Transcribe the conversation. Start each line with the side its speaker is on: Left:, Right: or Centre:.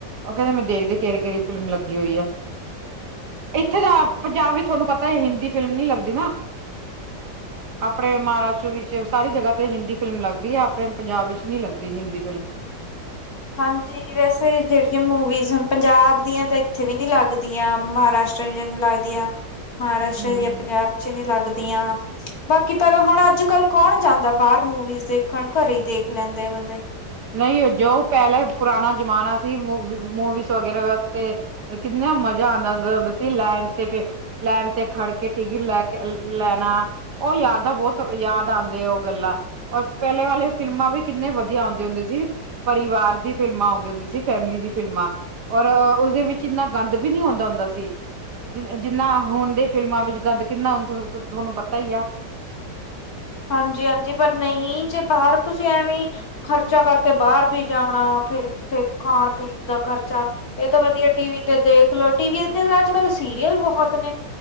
Right: ਓ ਕਹਿੰਦੇ ਮੈਂ ਦੇਖਦੇ, ਕਿਹੜੀ-ਕਿਹੜੀ ਫਿਲਮ ਲੱਗੀ ਹੋਈ ਆ। ਇੱਥੇ ਤਾਂ,
Left: ਹਾਂ
Right: ਪੰਜਾਬ ਵਿੱਚ ਤੁਹਾਨੂੰ ਪਤਾ ਏ, ਹਿੰਦੀ ਫਿਲਮ ਨਹੀਂ ਲੱਗਦੀ ਨਾ। ਆਪਣੇ ਮਹਾਰਾਸ਼ਟਰ ਵਿੱਚ ਸਾਰੀ ਜਗ੍ਹਾ ਤੇ ਹਿੰਦੀ ਫਿਲਮ ਲੱਗਦੀ ਆ, ਆਪਣੇ ਪੰਜਾਬ ਵਿੱਚ ਨਹੀਂ ਲੱਗਦੀ ਹਿੰਦੀ ਫਿਲਮ।
Left: ਹਾਂਜੀ। ਵੈਸੇ, ਜਿਹੜੀਆਂ ਮੂਵੀਜ਼ ਹੁਣ ਪੰਜਾਬ ਦੀਆਂ ਤਾਂ ਇੱਥੇ ਵੀ ਨੀ ਲੱਗਦੀਆਂ, ਮਹਾਰਾਸ਼ਟਰੀਅਨ ਈ ਲੱਗ ਦੀਆ, ਮਹਾਰਾਸ਼ਟਰ
Right: ਹਮ
Left: ਦੀਆਂ ਪੰਜਾਬ'ਚ ਨੀ ਲੱਗਦੀਆਂ। ਬਾਕੀ, ਪਰ ਹੁਣ ਅੱਜ-ਕੱਲ ਕੌਣ ਜਾਂਦਾ ਬਾਹਰ ਮੂਵੀਜ਼ ਦੇਖਣ, ਘਰੇ ਹੀ ਦੇਖ ਲੈਂਦੇ, ਬੰਦੇ।
Right: ਨਹੀਂ, ਜੋ ਪਹਿਲੇ ਪੁਰਾਣਾ ਜ਼ਮਾਨਾ ਸੀ, ਮਵ ਮੂਵੀਜ਼ ਵਗੈਰਾ ਵਾਸਤੇ ਕਿੰਨਾ ਮਜ਼ਾ ਆਂਦਾ ਹੁੰਦਾ ਸੀ, ਲੈਣ ਤੇ, ਤੇ ਲੈਣ ਤੇ ਖੜਕੇ ਟਿਕਟ ਲੈਕੇ ਲੈਣਾ, ਉਹ ਯਾਦਾਂ ਬਹੁਤ ਯਾਦ ਆਉਂਦੇ ਓ। ਗੱਲਾ, ਔਰ ਪਹਿਲੇ ਵਾਲੇ ਫਿਲਮਾਂ ਵੀ ਕਿੰਨੇ ਵਧੀਆ ਆਨਦੇ- ਹੁੰਦੇ ਸੀ, ਪਰਿਵਾਰ ਦੀ ਫਿਲਮਾਂ ਆਉਂਦੇ ਹੁੰਦੀ ਸੀ, ਫੈਮਿਲੀ ਦੀ ਫਿਲਮਾਂ। ਔਰ, ਉਸਦੇ ਵਿੱਚ ਇੰਨਾ ਗੰਦ ਵੀ ਨਹੀਂ ਆਉਂਦਾ ਹੁੰਦਾ ਸੀ। ਜਿ ਜਿੰਨਾ ਹੁਣ ਦੇ ਫਿਲਮਾਂ ਵਿੱਚ ਗੰਦ ਕਿੰਨਾ ਹ, ਤੁਹਾਨੂੰ ਪਤਾ ਹੀ ਆ।
Left: ਹਾਂਜੀ-ਹਾਂਜੀ, ਪਰ ਨਹੀਂ ਜੇ ਬਾਹਰ ਤੁਸੀਂ ਐਵੇਂ- ਖਰਚਾ ਕਰਕੇ ਬਾਹਰ ਵੀ ਜਾਣਾ, ਫੇਰ, ਫੇਰ ਖਾਣ-ਪੀਣ ਦਾ ਖ਼ਰਚਾ। ਇਹ ਤੋ ਵਧੀਆ ਟੀਵੀ ਤੇ ਦੇਖਲੋ, ਟੀਵੀ ਤੇ ਅੱਜ-ਕੱਲ ਸੀਰੀਅਲ ਬਹੁਤ ਨੇ।